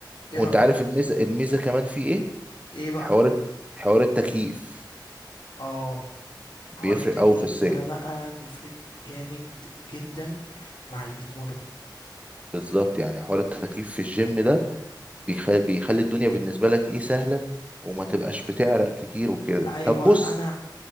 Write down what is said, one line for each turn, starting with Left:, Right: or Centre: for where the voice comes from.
Left: ايه
Right: وانت
Left: رأيك
Right: عارف الميزه الميزه كمان فيه ايه
Left: ايه بقى
Right: حوار حوار التكييف
Left: اه حوار
Right: بيفرق
Left: التكييف
Right: قوي في الصيف
Left: ده بقى بيفرق جامد جدا مع اللي بيتمرن
Right: بالظبط يعني حوار التكييف في الجيم ده بيخلي بيخلي الدنيا بالنسبه لك ايه سهله وما تبقاش بتعرق كتير وكده
Left: ايوه
Right: طب بص
Left: انا